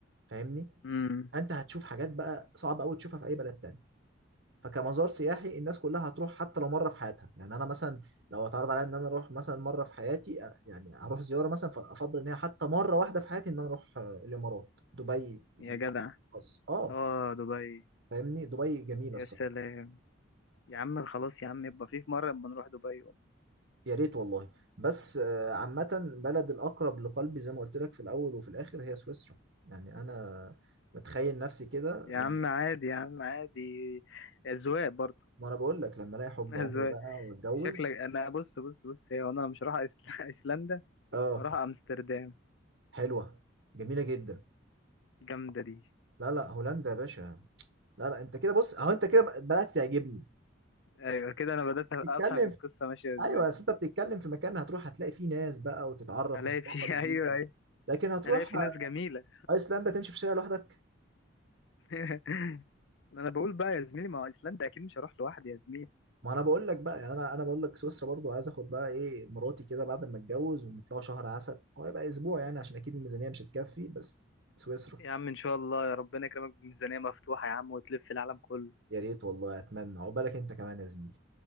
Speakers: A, on the right; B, on the left.
A: فاهمني
B: امم
A: انت هتشوف حاجات بقى صعب قوي تشوفها في اي بلد تاني فكمزار سياحي الناس كلها هتروح حتى لو مره في حياتها يعني انا مثلا لو اتعرض عليا ان انا اروح مثلا مره في حياتي أ- يعني هروح زياره مثلا فافضل ان هي حتى مره واحده في حياتي ان انا اروح آه، الامارات دبي
B: يا جدع
A: بس اه
B: اه دبي
A: فاهمني دبي جميله
B: يا
A: الصراحه
B: سلام يا عم خلاص يا عم يبقى في في مرة لما نروح دبي والله
A: يا ريت والله بس آه، عامه بلد الاقرب لقلبي زي ما قلت لك في الاول وفي الاخر هي سويسرا يعني انا بتخيل نفسي كده
B: يا
A: لما
B: عم عادي يا عم عادي أذواق برضه
A: ما انا بقول لك لما الاقي حب
B: <laughs> أذواق
A: عمري بقى واتجوز
B: شكلك أنا بص بص بص هي أنا مش رايح أيسل- أيسلندا
A: اه
B: هروح أمستردام
A: حلوه جميله جدا
B: جامدة دي
A: لا لا هولندا يا باشا لا لا انت كده بص اهو انت كده بدأت تعجبني
B: أيوة كده أنا بدأت أفهم
A: بتتكلم
B: القصة
A: في...
B: ماشية إزاي
A: ايوه بس انت بتتكلم في مكان هتروح هتلاقي فيه ناس بقى وتتعرف
B: هلاقي
A: وثقافه
B: في <laughs>
A: جديده
B: ايوه
A: لكن هتروح
B: هلاقي في ناس جميلة
A: ايسلندا تمشي في شارع لوحدك
B: <laughs> انا بقول بقى يا زميلي ما هو ايسلندا اكيد مش هروح لوحدي يا زميلي
A: ما انا بقول لك بقى يعني انا انا بقول لك سويسرا برضو عايز اخد بقى ايه مراتي كده بعد ما اتجوز ونطلع شهر عسل هو يبقى اسبوع يعني عشان اكيد الميزانيه مش هتكفي بس سويسرا
B: يا عم ان شاء الله يا ربنا يكرمك بميزانية مفتوحة يا عم وتلف العالم كله
A: يا ريت والله اتمنى عقبالك انت كمان يا زميلي